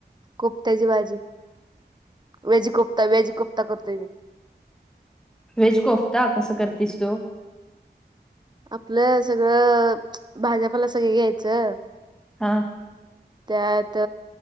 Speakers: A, on the right (about 25°); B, in the centre.
A: कोफत्याची भाजी वेज कोफ्ता वेज कोफ्ता करतोय मी
B: वेज कोफ्ता कसं करतीस तु
A: आपलं सगळं भाजपाला सगळ घ्यायचं
B: हा
A: त्यात